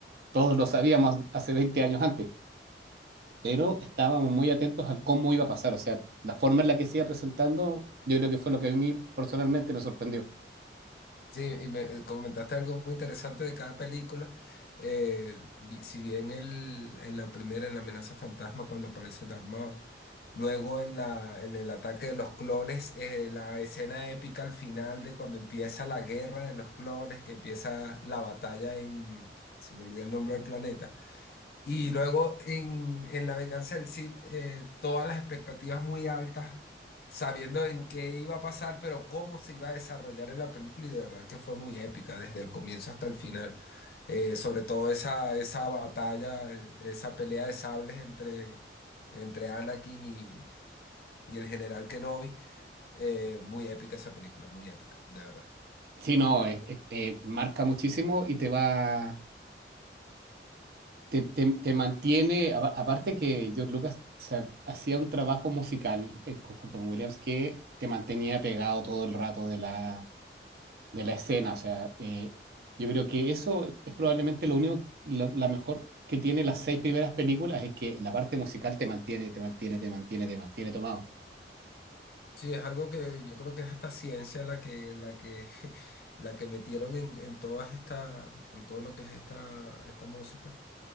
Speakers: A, on the right; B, on the left.
A: todos lo sabíamos hace 20 años antes, pero estábamos muy atentos al cómo iba a pasar, o sea, la forma en la que se iba presentando, yo creo que fue lo que a mí personalmente me sorprendió.
B: Sí, y me eh, comentaste algo muy interesante de cada película. Eh, vi- si bien el, en la primera, en La amenaza fantasma, cuando aparece Dharma, luego en la, en el ataque de los clones, eh, la escena épica al final de cuando empieza la guerra de los clones, que empieza la batalla en, se me olvida el nombre del planeta. Y luego en, en La Venganza del Cid, eh, todas las expectativas muy altas, sabiendo en qué iba a pasar, pero cómo se iba a desarrollar en la película, y de verdad que fue muy épica desde el comienzo hasta el final. Eh, sobre todo esa, esa batalla, eh, esa pelea de sables entre, entre Anakin y, y el general Kenobi, eh, muy épica esa película, muy épica, de verdad.
A: Sí, no, es- es- eh, marca muchísimo y te va, te, te- te mantiene, apa- aparte que George Lucas sa- hacía un trabajo musical en conjunto con Williams que te mantenía pegado todo el rato de la, de la escena, o sea, eh, yo creo que eso es probablemente lo único, lo- la mejor que tiene las seis primeras películas es que la parte musical te mantiene, te mantiene, te mantiene, te mantiene tomado.
B: Sí, es algo que yo creo que es hasta ciencia la que, la que, <laughs> la que metieron en, en todas esta, en todo lo que es esta, esta música